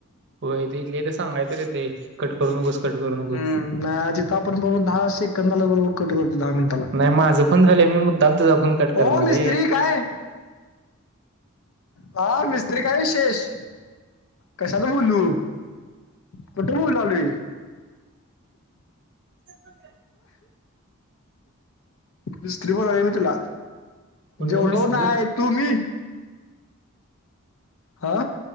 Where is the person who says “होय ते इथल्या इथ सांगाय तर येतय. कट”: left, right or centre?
Right